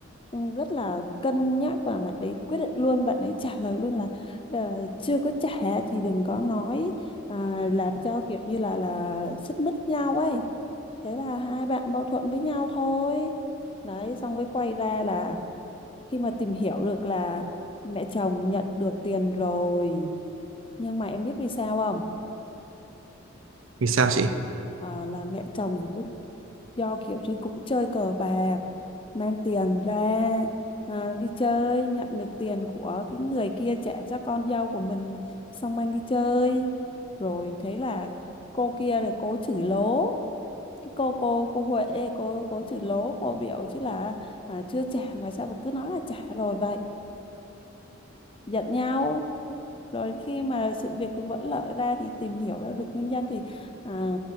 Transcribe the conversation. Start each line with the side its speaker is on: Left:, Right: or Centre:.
Left: ừ, rất là cân nhắc và bạn đấy quyết định luôn bạn ấy trả lời luôn là ờ, chưa có trả thì đừng có nói à, làm cho kiểu như là là xích mích nhau ấy thế là hai bạn mâu thuẫn với nhau thôi đấy xong cái quay ra là khi mà tìm hiểu được là mẹ chồng nhận được tiền rồi nhưng mà em biết vì sao không
Right: vì sao chị
Left: Ờ, là mẹ chồng do kiểu chứ cũng chơi cờ bạc mang tiền ra à, đi chơi nhận được tiền của cái người kia trả cho con dâu của mình mà, xong mang đi chơi rồi thế là cô kia rồi cô chửi lố cái cô cô cô Huệ ấy, cô cô chửi lố cô biểu chứ là à, chưa trả mà sao mà cứ nói là trả rồi vậy giận nhau rồi khi mà sự việc cứ vỡ lở ra thì tìm hiểu ra được nguyên nhân thì à,